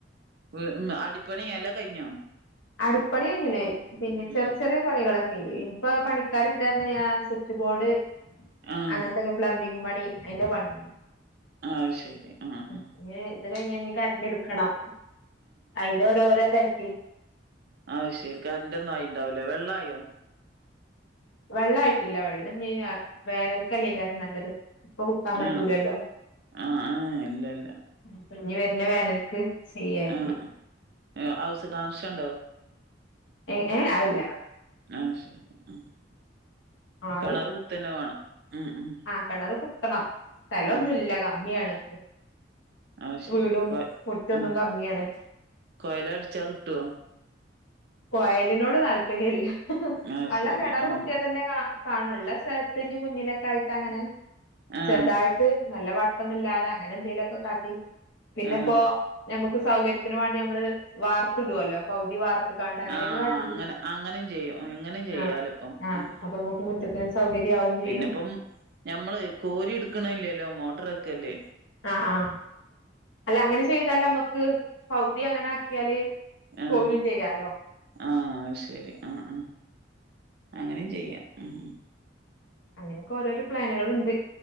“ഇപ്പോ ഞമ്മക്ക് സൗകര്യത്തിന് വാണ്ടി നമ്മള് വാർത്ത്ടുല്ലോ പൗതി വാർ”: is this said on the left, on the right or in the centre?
Left